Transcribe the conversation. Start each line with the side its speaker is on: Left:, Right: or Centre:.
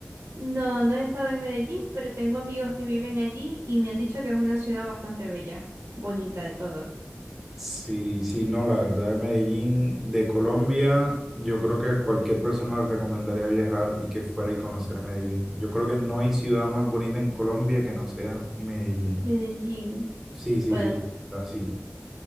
Right: No, no he estado en Medellín, pero tengo amigos que viven allí y me han dicho que es una ciudad bastante bella, bonita de todo.
Centre: Sí, sí, no, la verdad, Medellín de Colombia, yo creo que a cualquier persona le recomendaría viajar y que fuera y conocer Medellín. Yo creo que no hay ciudad más bonita en Colombia que no sea Medellín.
Right: Medellín.
Centre: Sí, sí,
Right: Bueno,
Centre: sí, así.